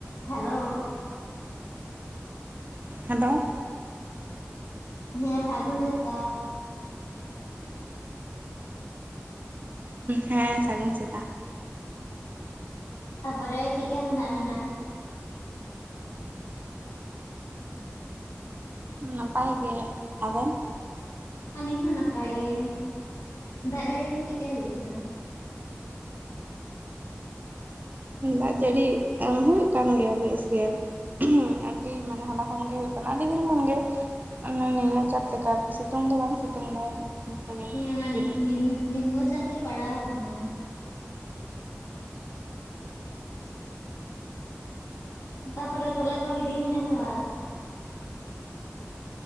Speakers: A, on the left (about 80°); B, on the right (about 40°).
A: Hello,
B: hello
A: ᱦᱮᱸ ᱥᱟᱜᱩᱱ ᱥᱮᱛᱟᱜ᱾
B: ᱦᱮᱸ ᱥᱟᱹᱜᱩᱱ ᱥᱮᱛᱟᱜ,
A: ᱛᱟᱯᱚᱨᱮ ᱪᱮᱫ ᱠᱟ ᱢᱮᱱᱟᱜ ᱵᱤᱱᱟ?
B: ᱱᱟᱯᱟᱭ ᱜᱮ ᱟᱵᱮᱱ,
A: ᱟᱹᱞᱤᱧ ᱦᱚᱸ ᱱᱟᱯᱟᱭ ᱜᱮ ᱫᱟᱜᱽ ᱡᱟᱹᱲᱤ ᱠᱚ ᱪᱮᱫᱠᱟ ᱦᱩᱭᱩᱜ ᱠᱟᱱᱟ᱾
B: ᱫᱟᱜᱽ ᱡᱟᱹᱲᱤ ᱦᱩᱭᱩᱜ ᱠᱟᱱ ᱜᱮᱭᱟ ᱵᱮᱥ ᱜᱮ, ᱟᱹᱰᱤ ᱢᱟᱱᱮ ᱦᱚᱞᱟ ᱠᱷᱚᱱ ᱜᱮ ᱦᱩᱭᱩᱜ ᱠᱟᱱᱟ ᱟᱹᱰᱤ ᱫᱤᱱ ᱠᱷᱚᱱ ᱜᱮ ᱚᱱᱮ ᱪᱟᱯ ᱞᱮᱠᱟ ᱟᱨᱠᱤ ᱥᱤᱛᱩᱝ ᱫᱚ ᱵᱟᱝ ᱥᱤᱛᱩᱝ ᱫᱟᱭ, ᱤᱱᱠᱟᱹᱜᱮ
A: ᱦᱮᱸ ᱚᱱᱟ
B: ᱨᱤᱢᱤᱞ ᱨᱤᱢᱤᱞ᱾
A: ᱱᱤᱢ ᱱᱤᱢᱱᱚ ᱪᱟᱯ ᱜᱮ ᱯᱟᱲᱟᱣ ᱠᱟᱱᱟ᱾ ᱛᱟ ᱯᱚᱨᱮ ᱛᱚᱞᱟ ᱠᱚᱦᱚᱸ ᱜᱤᱰᱤ ᱦᱩᱭᱱᱟ ᱥᱮ ᱵᱟᱝ?